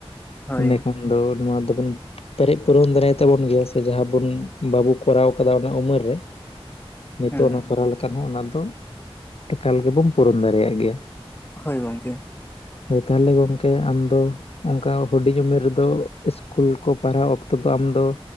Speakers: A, on the left (about 20°); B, on the left (about 70°).
A: ᱦᱳᱭ
B: ᱮᱸᱰᱮᱠᱷᱟᱱ ᱫᱚ ᱱᱚᱣᱟ ᱫᱚᱵᱚᱱᱼᱼ ᱯᱮᱨᱮᱡ ᱯᱩᱨᱚᱱ ᱫᱟᱲᱟᱭ ᱛᱟᱵᱚᱱ ᱜᱮᱭᱟ ᱥᱮ ᱡᱟᱦᱟᱸ ᱵᱚᱱ ᱵᱟᱵᱚ ᱠᱚᱨᱟᱣ ᱠᱟᱫᱟ ᱚᱱᱟ ᱩᱢᱮᱨ ᱨᱮᱼᱼ ᱱᱤᱛᱚᱜ
A: ᱦᱮᱸ
B: ᱚᱱᱟ ᱠᱚᱨᱟᱣ ᱞᱮᱠᱷᱟᱱ ᱦᱚᱸ ᱚᱱᱟ ᱫᱚ ᱮᱠᱟᱞ ᱜᱮᱵᱚᱱ ᱯᱩᱨᱩᱱ ᱫᱟᱲᱮᱭᱟᱜ ᱜᱮᱭᱟ᱾
A: ᱦᱳᱭ ᱜᱚᱝᱠᱮᱼᱼ
B: ᱦᱳᱭ ᱛᱟᱦᱚᱞᱮ ᱜᱚᱢᱠᱮ ᱟᱢᱫᱚᱼᱼ ᱚᱱᱠᱟ ᱦᱩᱰᱤᱧ ᱩᱢᱮᱨ ᱨᱮᱫᱚ ᱥᱠᱩᱞ ᱠᱚ ᱯᱟᱲᱦᱟᱣ ᱚᱠᱛᱚ ᱫᱚ ᱟᱢᱫᱚᱼᱼ